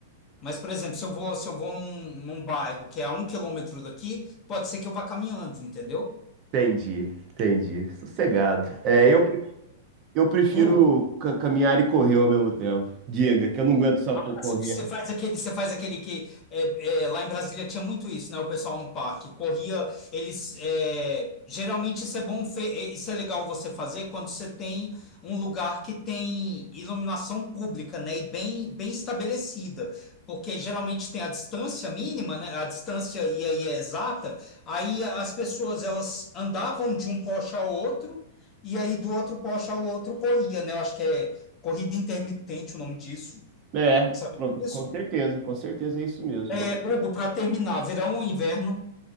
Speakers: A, on the left (about 30°); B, on the right (about 35°).
A: Mas, por exemplo, se eu vou, se eu vou num, num bairro que é a um quilômetro daqui, pode ser que eu vá caminhando, entendeu?
B: Entendi, entendi. Sossegado. É, eu, pre- eu prefiro
A: Hugo,
B: ca- caminhar e correr ao mesmo tempo. Diga, que eu não aguento só
A: Ah,
B: co- correr.
A: você você faz aquele, você faz aquele que é, é, lá em Brasília tinha muito isso, né? O pessoal no parque corria, eles é, geralmente isso é bom, fe- é, isso é legal você fazer quando você tem um lugar que tem iluminação pública, né? E bem, bem estabelecida, porque geralmente tem a distância mínima, né? A distância e aí é exata. Aí as pessoas elas andavam de um poste ao outro e aí do outro poste ao outro corria, né? Eu acho que é corrida intermitente o nome disso.
B: É,
A: Sabe
B: pro-
A: isso?
B: com certeza, com certeza é isso mesmo.
A: É,
B: Gosto
A: Hugo, para terminar, verão ou inverno?